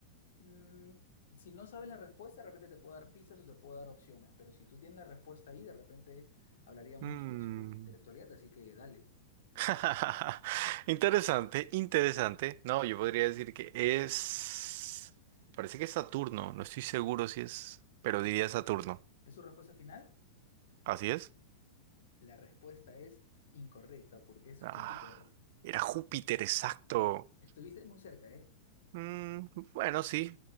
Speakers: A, on the left; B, on the right.
A: Mm, si no sabes la respuesta, de repente te puedo dar pistas o te puedo dar opciones, pero si tú tienes la respuesta ahí, de repente hablaría mucho
B: Mm.
A: sobre tu intelectualidad, así que dale.
B: <laughs> Interesante, interesante. No, yo podría decir que es... Parece que es Saturno, no estoy seguro si es, pero diría Saturno.
A: ¿Es su respuesta final?
B: ¿Así es?
A: La respuesta es incorrecta porque es
B: Ah,
A: Júpiter.
B: era Júpiter, exacto.
A: Estuviste muy cerca, ¿eh?
B: Mm, bueno, sí.